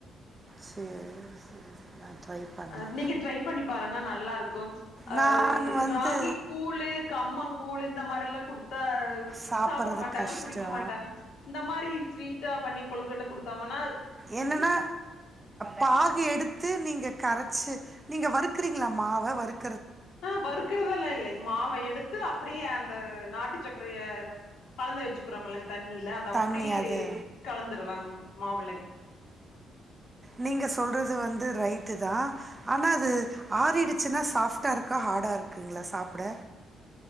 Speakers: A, on the right; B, on the left.
A: சேரி சேரி சேரி நா ட்ரை பண்றே
B: அ நீங்க ட்ரை பண்ணி பாருங்க நல்லா இருக்கு அ
A: நான் வந்து
B: ராகி கூழு கம்மங் கூழு இந்த மாரில்லா குடுத்தா
A: சாப்பறது
B: சாப்புட மாட்டாங்க
A: கஷ்டோ
B: குடிக்க மாட்டாங்க இந்த மாரி ஸ்வீட்டா பண்ணி கொழுக்கட்ட குடுத்தம்ன்னா
A: என்னன்னா பாகு எடுத்து நீங்க கரச்சு நீங்க வறுக்குறீங்களா மாவ வறுக்
B: ஆ லறுக்குறதெல்லா இல்லைங் மாவ எடுத் து அப்டியே அந்த நாட்டு சக்கரைய கலந்து வெச்சுக்குறோம் இல்லங்க தண்ணில அத அப்டியே
A: தண்ணி அது
B: கலந்துருவங் மாவில்லைங்
A: நீங்க சொல்றது வந்து ரைட்டுதா ஆனா அது ஆறிடுச் ச்சுன்னா சாஃப்ட்டா இருக்கா ஹாடா இருக்குங்களா சாப்புட